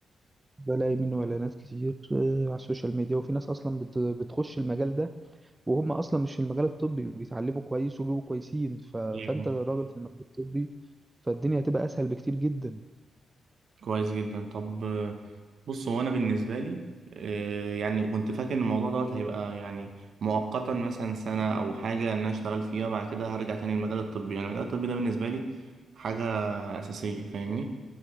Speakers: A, on the right (about 20°); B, on the right (about 65°).
A: بلاقي منه اعلانات كتير آه، على السوشيال ميديا وفي ناس اصلا بت- بتخش المجال ده وهم اصلا مش في المجال الطبي وبيتعلموا كويس وبيبقوا كويسين ف... فانت
B: فعلا
A: راجل في المجال الطبي فالدنيا هتبقى اسهل بكتير جدا
B: كويس جدا طب آه، بص هو انا بالنسبه لي آه، يعني كنت فاكر ان الموضوع دوت هيبقى يعني مؤقتا مثلا سنه او حاجه ان انا اشتغل فيها وبعد كده هرجع تاني للمجال الطبي يعني المجال الطبي ده بالنسبه لي حاجه اساسيه فاهمني